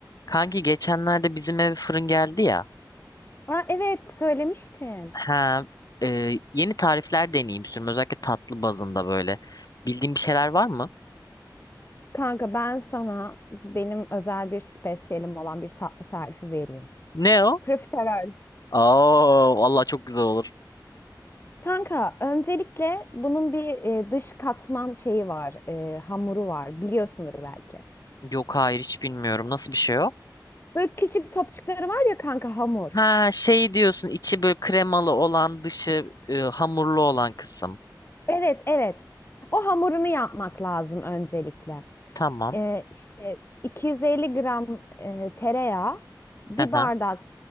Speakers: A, on the left (about 55°); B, on the left (about 35°).
A: Kanki geçenlerde bizim eve fırın geldi ya.
B: Aa, evet söylemiştin.
A: Ha, e, yeni tarifler deneyeyim istiyorum. Özellikle tatlı bazında böyle. Bildiğin bir şeyler var mı?
B: Kanka ben sana benim özel bir spesiyelim olan bir tatlı tarifi vereyim.
A: Ne o?
B: Profiterol.
A: Aa, vallahi çok güzel olur.
B: Kanka öncelikle bunun bir e, dış katman şeyi var, e, hamuru var. Biliyorsundur belki.
A: Yok hayır hiç bilmiyorum. Nasıl bir şey o?
B: Böyle küçük topçukları var ya kanka hamur.
A: Ha şey diyorsun içi böyle kremalı olan dışı e, hamurlu olan kısım.
B: Evet evet. O hamurunu yapmak lazım öncelikle.
A: Tamam.
B: e, işte 250 gram e, tereyağı, bir
A: Hı hı.
B: bardak